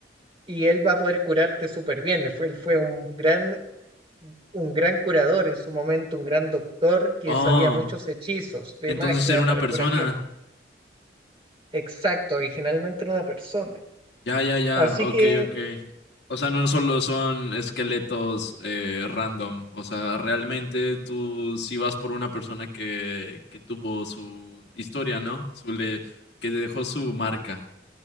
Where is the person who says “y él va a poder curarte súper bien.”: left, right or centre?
Right